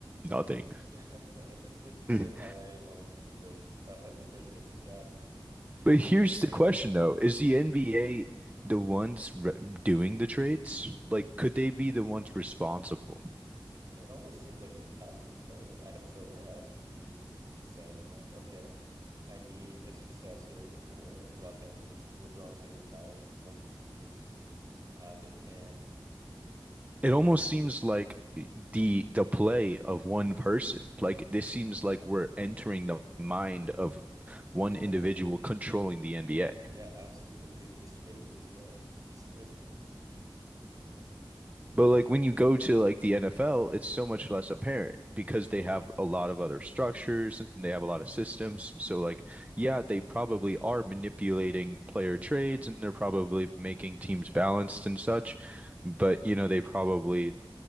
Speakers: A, on the right (about 15°); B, on the right (about 45°).
A: nothing.
B: It's good to know
A: <laughs>
B: that LA owns the first <laughs> uh, the first pick in the draft <laughs>
A: But
B: and
A: here's
B: they can trade
A: the question
B: that.
A: though, is the NBA the ones re doing the trades? Like, could they be the ones responsible?
B: It almost seems like they would have to be, right? Like Adam Silver has to be saying like, okay, I need a successor for Los Angeles. LeBron's going to retire in one to two years. Uh, they can't
A: It
B: Afford,
A: almost seems like the the play of one person. Like this seems like we're entering the mind of one
B: <laughs>
A: individual controlling the NBA.
B: Yeah, absolutely. The script is uh <laughs> is scripting for sure.
A: But like when you go to like the NFL, it's so much less apparent because they have a lot of other structures and they have a lot of systems. So like, yeah, they probably are manipulating player trades and they're probably making teams balanced and such, but you know, they probably